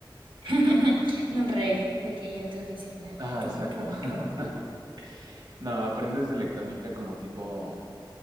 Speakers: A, on the right (about 75°); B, on the right (about 55°).
A: <laughs> Un rave de que ahí en tu oficina.
B: Ah,
A: Tun,
B: exacto.
A: tun,
B: <laughs>
A: tun, tun.
B: No, aprendes de electrónica como tipo,